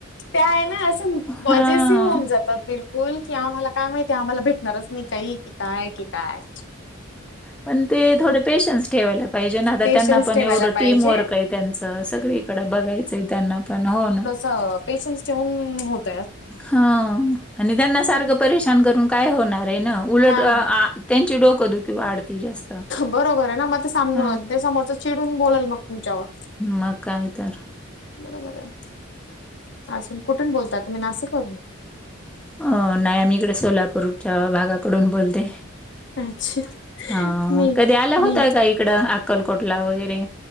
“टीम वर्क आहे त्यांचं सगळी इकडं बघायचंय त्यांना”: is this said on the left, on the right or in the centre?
Centre